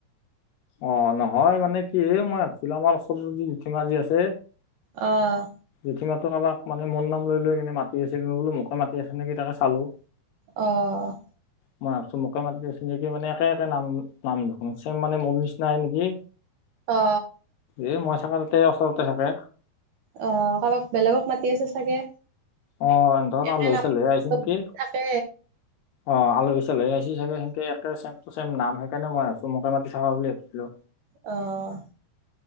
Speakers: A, on the left; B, on the right.
A: অ নহয় মানে কি এ মই ভাবছিলো আমাৰ ওচৰৰ যি জেঠিমা যি আছে।
B: অ'
A: জেঠিমাটো কাবাক মানে মোৰ নাম লৈ লৈ কিনে মাতি আছিল মই বোলো মোকে মাতি আছিল নেকি তাকে চালো।
B: অ',
A: মই ভাবছো মোকে মাতি আছে নেকি মানে একে একে নাম নাম চেম মানে মোৰ নিচিনাই নেকি।
B: অ
A: এ মই থাকা তাতে ওচৰতে থাকে।
B: অ' কাবাক বেলেগক মাতি আছে চাগে।
A: অ এহঁতৰ
B: একে
A: আলহী
B: নাম
A: চালহী আহিছে নেকি
B: থাকে।
A: অ আলহি চালহি আইছি চাগে সেংকে একে চেমটু চেম নাম সেইকাৰণে মই ভাবছো মোকে মাতি থাকা বুলি ভাবছিলো।
B: অ',